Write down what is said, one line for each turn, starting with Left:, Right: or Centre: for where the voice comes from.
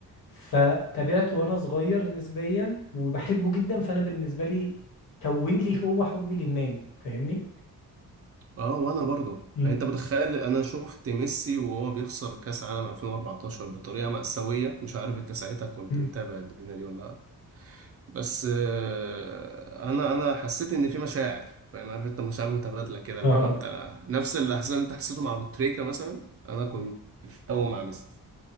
Left: فتابعته وانا صغير نسبيا وبحبه جدا فانا بالنسبه لي كون لي هو حبي للنادي فاهمني
Right: اه وانا برضو
Left: مم.
Right: انت متخيل انا شفت ميسي وهو بيخسر كاس عالم 2014 بطريقه مأساويه مش عارف انت ساعتها كنت
Left: مم.
Right: متابع الدنيا دي ولا لا بس آه، انا انا حسيت ان في مشاعر فاهم عارف انت مشاعر متبادله كده اللي
Left: اه
Right: هو انت نفس الاحساس اللي انت حسيته مع ابو تريكه مثلا انا كنت
Left: مم.
Right: قوي مع ميسي